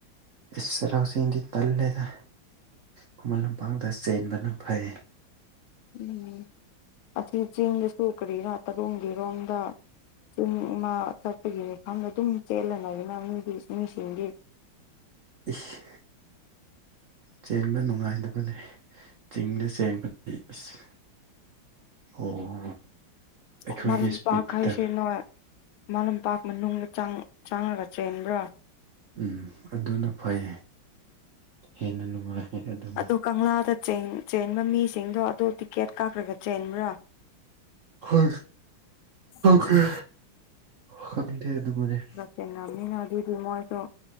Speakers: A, on the right (about 70°); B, on the left (about 80°).
A: ꯆꯩꯔꯥꯎ ꯆꯤꯡꯗꯤ ꯇꯜꯂꯦꯗ ꯈꯨꯃꯟ ꯂꯝꯄꯥꯡꯇ ꯆꯦꯟꯕꯅ ꯐꯩ
B: ꯎꯝ ꯑꯁꯤ ꯆꯤꯡꯗꯁꯨ ꯀꯔꯤꯔꯥ ꯇꯔꯣꯝꯒꯤꯔꯣꯝꯗ ꯆꯤꯡ ꯏꯃꯥ ꯆꯠꯄꯒꯤ ꯃꯤꯐꯝꯗ ꯑꯗꯨꯝ ꯆꯦꯜꯂ ꯂꯩꯕꯅꯥ ꯃꯤꯗꯤ ꯃꯤꯁꯤꯡꯗꯤ
A: ꯏꯁ ꯆꯦꯟꯕ ꯅꯨꯡꯉꯥꯏꯅꯕꯅꯤ ꯆꯤꯡꯗ ꯆꯦꯟꯕꯗꯤ ꯑꯁ ꯑꯣ ꯑꯩꯈꯣꯏꯒꯤ
B: ꯈꯨꯃꯟ ꯂꯝꯄꯥꯛ
A: ꯏꯁꯄꯤꯠꯇ
B: ꯥꯏꯁꯦ ꯅꯣꯏ ꯈꯨꯃꯟ ꯂꯝꯄꯥꯛ ꯃꯅꯨꯡꯗ ꯆꯪ ꯆꯪꯔꯒ ꯆꯦꯟꯕ꯭ꯔꯥ
A: ꯎꯝ ꯑꯗꯨꯅ ꯐꯩ ꯍꯦꯟꯅ ꯅꯨꯡꯉꯥꯏ ꯑꯗꯨꯅ
B: ꯑ ꯀꯪꯂꯥꯗ ꯆꯦꯟꯕ ꯃꯤꯁꯤꯡꯗꯣ ꯑꯗꯨꯣ ꯇꯤꯀꯦꯠ ꯀꯥꯈ꯭ꯔꯒ ꯆꯦꯟꯕ꯭ꯔꯥ
A: ꯍ
B: ꯑꯣ
A: ꯍꯦ ꯁꯗꯦ ꯑꯗꯨ ꯑꯗꯨ ꯃꯅꯦꯦ
B: ꯆꯦꯡꯃꯤꯅ ꯑꯗꯨꯗꯤ ꯃꯣꯏꯁꯨ